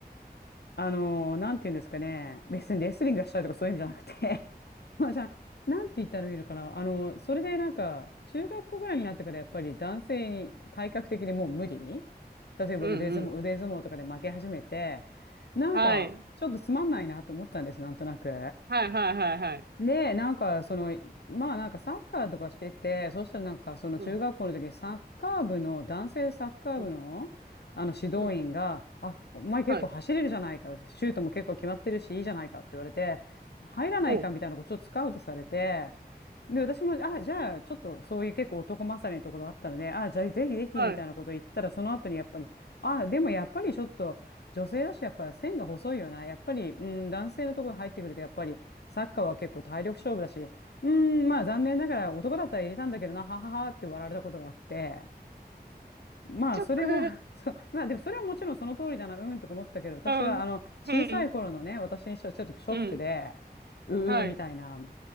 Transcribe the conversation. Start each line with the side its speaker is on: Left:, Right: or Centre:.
Left: あのーなんて言うんですかね、別にレスリングがしたいとかそういう意味じゃなくて <laughs> まあじゃあ、なんて言ったらいいのかな、あのーそれでなんか、中学校ぐらいになってからやっぱり男性に体格的にもう無理例えば腕相撲、
Right: うん、うん。
Left: 腕相撲とかで負け始めて、なんか、
Right: はい、
Left: ちょっとつまんないなと思ったんです、なんとなく。
Right: はい、はい、はい、はい。
Left: で、なんか、その、まあなんかサッカーとかしてて、そしたらなんかその中学校の時にサッカー部の、
Right: うん、
Left: 男性サッカー部の、
Right: うん、
Left: あの指導員が、
Right: うん、
Left: あ、お前結構走れるじゃないか、
Right: はい。
Left: シュートも結構決まってるし、いいじゃないかって言われて、入らないかみたいなことをスカウトされて、
Right: お、
Left: で、私も、あ、じゃあ、ちょっとそういう結構男勝りのところあったので、あ、じゃあ、ぜひぜひ、
Right: はい。
Left: みたいなこと言ったら、その後にやっぱり、あ、でもやっぱりちょっと、女性だし、やっぱり線が細いよな。やっぱり、うん、男性のところに入ってくると、やっぱり、サッカーは結構体力勝負だし、うん、まあ、残念ながら男だったら入れたんだけどな、はははって笑われたことがあって、まあ、
Right: チョック、
Left: それは
Right: う
Left: <laughs> そう、まあ、でもそれはもちろんその通りだな、うんとか思ったけど、私は、
Right: ん、
Left: あの、小さい頃のね、
Right: うん、
Left: 私にしてはちょっとショックで、
Right: うん。
Left: うーみたいな。
Right: はい。